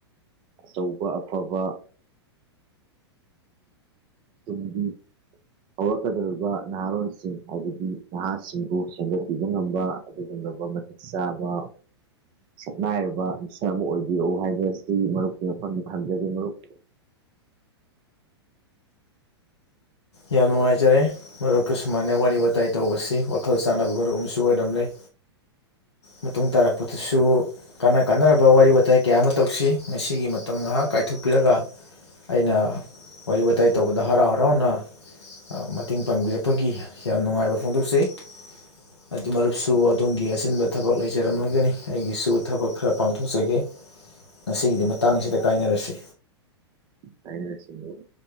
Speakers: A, on the right; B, on the left.
A: ꯑꯆꯧꯕ ꯑꯐꯕ ꯇꯨꯡꯒꯤ ꯍꯧꯔꯛꯀꯗꯧꯔꯤꯕ ꯅꯍꯥꯔꯣꯟꯜꯁꯤꯡ ꯍꯥꯏꯕꯗꯤ ꯅꯍꯥꯁꯤꯡꯕꯨ ꯁꯦꯝꯒꯠꯄꯤꯕ ꯉꯝꯕ ꯑꯗꯨꯒꯨꯝꯂꯕ ꯃꯇꯤꯛ ꯆꯥꯕ ꯁꯛꯅꯥꯏꯔꯕ ꯃꯤꯁꯛ ꯑꯃ ꯑꯣꯏꯕꯤꯔꯛꯎ ꯍꯥꯏꯕ ꯑꯁꯤ ꯃꯔꯨꯞꯀꯤ ꯃꯐꯝꯗ ꯊꯝꯖꯒꯦ ꯃꯔꯨꯞꯀꯤ
B: ꯌꯥꯝ ꯅꯨꯡꯉꯥꯏꯖꯔꯦ ꯃꯔꯨꯞꯀ ꯁꯨꯃꯥꯏꯅ ꯋꯥꯔꯤ ꯋꯥꯇꯥꯏ ꯇꯧꯕꯁꯤ ꯋꯥꯈꯜ ꯆꯥꯟꯅꯕ ꯃꯔꯨꯞ ꯑꯃꯁꯨ ꯑꯣꯏꯔꯝ ꯂꯩ ꯃꯇꯨꯡ ꯇꯥꯔꯛꯄꯗꯁꯨ ꯀꯥꯟꯅ ꯀꯥꯟꯅꯔꯕ ꯋꯥꯔꯤ ꯋꯥꯇꯥꯏ ꯀꯌꯥ ꯑꯃ ꯇꯧꯁꯤ ꯉꯁꯤꯒꯤ ꯃꯇꯝ ꯉꯥꯏꯍꯥꯛ ꯀꯥꯏꯊꯣꯛꯄꯤꯔꯒ ꯑꯩꯅ ꯋꯥꯔꯤ ꯋꯥꯇꯥꯏ ꯇꯧꯕꯗ ꯍꯔꯥꯎ ꯍꯔꯥꯎꯅ ꯃꯇꯦꯡ ꯄꯥꯡꯕꯤꯔꯛꯄꯒꯤ ꯌꯥꯝ ꯅꯨꯡꯉꯥꯏꯕ ꯐꯣꯡꯗꯣꯛꯆꯩ ꯑꯗꯨ ꯃꯔꯨꯞꯁꯨ ꯑꯗꯣꯝꯒꯤ ꯑꯆꯤꯟꯕ ꯊꯕꯛ ꯂꯩꯖꯔꯝꯂꯒꯅꯤ ꯑꯩꯒꯤꯁꯨ ꯊꯕꯛ ꯈꯔ ꯄꯥꯡꯊꯣꯛꯆꯒꯦ ꯉꯁꯤꯒꯤꯗꯤ ꯃꯇꯥꯡꯁꯤꯗ ꯀꯥꯏꯅꯔꯁꯤ
A: ꯀꯥꯏꯅꯔꯁꯤ ꯃꯔꯨꯞ